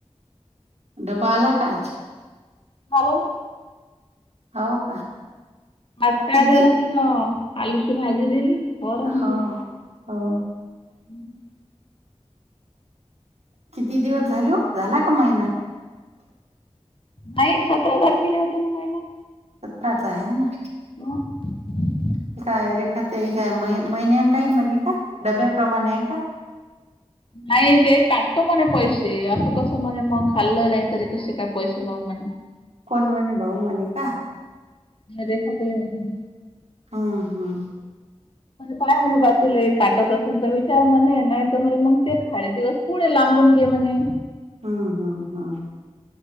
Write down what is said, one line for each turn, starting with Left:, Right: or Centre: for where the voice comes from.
Right: डबा आला का आज?
Left: झाल ना
Right: हो का
Left: आज काय
Right: किती
Left: दिलं तिन आलूची भाजी दिली? वरण
Right: हा ह
Left: हं <unintelligible>
Right: किती दिवस झाले हो झाला का महिना?
Left: नाही सतरा हजार किले होते ना महिना.
Right: सतराच आहे ना?
Left: <unintelligible>
Right: ठी का आहे रेखत काय महि महिन्यांन ताई म्हणे का दडब्या प्र्रमाणे आहे का?
Left: नाही ते काटतो म्हणे पैसे असं कसं म्हणे मग खाल्लं नाही तरी कसे काय पैसे चला म
Right: कोण म्हणे भाऊ म्हणे का?
Left: रेखा ताई म्हणे.
Right: हम हम
Left: काय म्हणे बातला काटत असेल तर विचार म्हणे नाही तर म्हणजे मग ते खाले दिवस पाहून लांबून घे म्हणे
Right: हम्म हमम हा